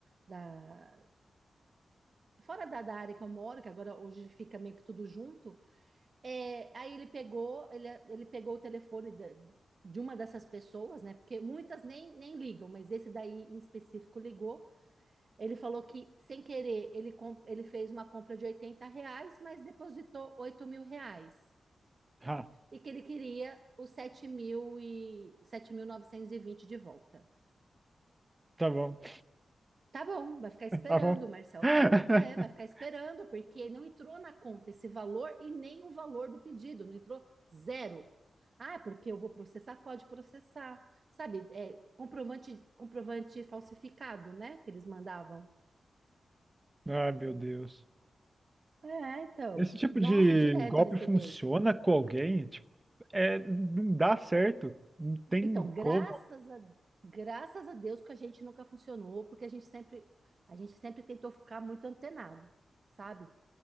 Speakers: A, on the right; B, on the right.
A: da, fora da, da área que eu moro, que agora hoje fica meio que tudo junto. É, aí ele pegou, ele, ele pegou o telefone da- de uma dessas pessoas, né? Porque muitas nem, nem ligam, mas esse daí em específico ligou. Ele falou que, sem querer, ele, com- ele fez uma compra de 80 reais, mas depositou oito mil reais.
B: Ah,
A: E que ele queria os sete mil e sete mil novecentos e vinte de volta.
B: tá bom, <laughs>
A: Tá bom, vai ficar esperando,
B: tá bom.
A: o Marcel
B: <laughs>
A: falou. É, vai ficar esperando, porque não entrou na conta esse valor e nem o valor do pedido, não entrou zero. Ah, porque eu vou processar? Pode processar. Sabe, é, comprovante, comprovante falsificado, né? Que eles mandavam.
B: Ah, meu Deus.
A: É, então.
B: Esse tipo
A: Nossa,
B: de
A: direto
B: golpe
A: eu recebia
B: funciona
A: isso.
B: com alguém? Tipo, é, não dá certo. Não tem
A: Então, graças
B: como.
A: a, graças a Deus que a gente nunca funcionou, porque a gente sempre, a gente sempre tentou ficar muito antenado, sabe?